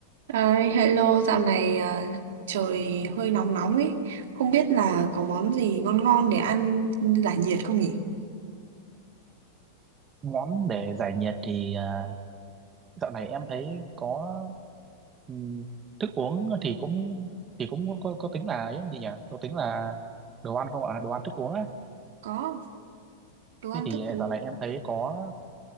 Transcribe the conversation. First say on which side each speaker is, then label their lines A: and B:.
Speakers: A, on the right; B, on the right.
A: Ơi, hello, dạo này à, trời hơi nóng nóng ấy. Không biết là có món gì ngon ngon để ăn giải nhiệt không nhỉ?
B: Ngắm để giải nhiệt thì à, dạo này em thấy có ừm, thức uống thì cũng thì cũng có, có, có tính là ấy không chị nhỉ? Có tính là đồ ăn không ạ? Đồ ăn thức uống á.
A: Có, đồ ăn
B: Thế thì
A: thức
B: à,
A: uống.
B: dạo này em thấy có